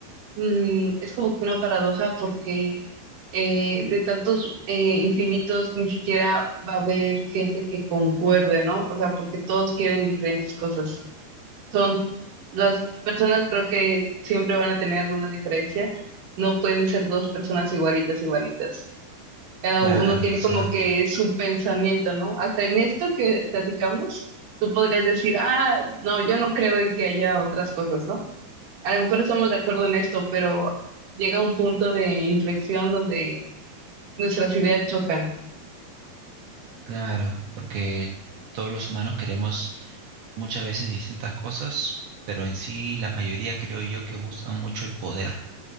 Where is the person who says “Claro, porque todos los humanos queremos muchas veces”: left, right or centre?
Right